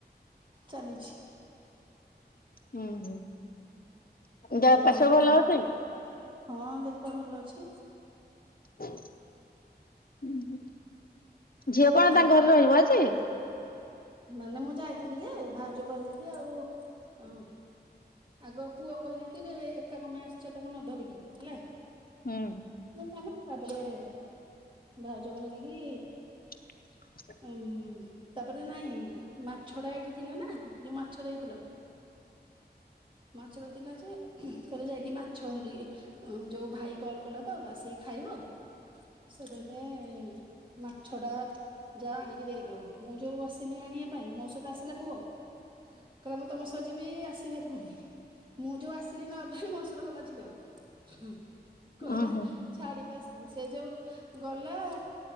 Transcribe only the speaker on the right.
ଚାଲିଛି।
ଝିଅର
ତାଙ୍କ
ହଁ ଦେହ ପାହା ଭଲ ଅଛି।
ଆଉ
ମାନେ ମୁଁ ଯାଇଥିଲି ଯେ ଭାଉଜ କହିଲେ କି ଆଉ ଅ ଆଗ ପୁଅ କହିଲା କି ଯେ ଏକା କଣ ପାଇଁ ଆସିଛ ତାକୁ ନ ଧରିକି ହେଲା?
ତାପରେ ଭାଉଜ କହିଲେ କି
ଉଁ ତାପରେ ନାଇଁ ମାଛ ଟା ଏଇଠି ଥିଲା ନା ଯୋଉ ମାଛ ଦେଇଥିଲ। ମାଛଟା ଥିଲା ଯେ କହିଲେ ଯାଇକି ମାଛ ଧରିକି ଯୋଉ ଭାଇ କଲ କଲା ତ ଆସିକି ଖାଇବ ସେମାନେ ମାଛଟା ଯା ଆଣିକି ଦେଇଦବୁ ମୁଁ ଯୋଉ ଆସିଲି ଆଣିବା ପାଇଁ ମୋ ସହିତ ଆସିଲା ପୁଅ। କହିଲା ମୁଁ ତମ ସହ ଯିବି ଆସିବି ହେରି ପୁଣି। ମୁଁ ଯୋଉ ଆସିଲି ନବା ପାଇଁ ମୋ ସହିତ ଗଲା ଝିଅ ହୁଁ କହିଲା
ଛାଡିକି ଆସିବି ସେ ଯୋଉ ଗଲା